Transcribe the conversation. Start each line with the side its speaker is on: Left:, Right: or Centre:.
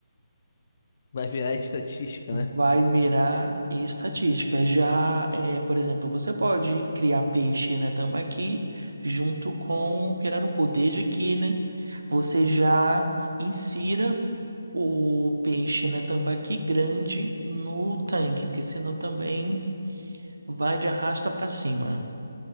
Left: Vai virar estatística, né?
Right: vai virar estatística. Já, é, por exemplo, você pode criar peixe na tambaqui junto com o pirarucu, desde que, né, você já insira o peixe na tambaqui grande no tanque, porque senão também vai de arrasta para cima.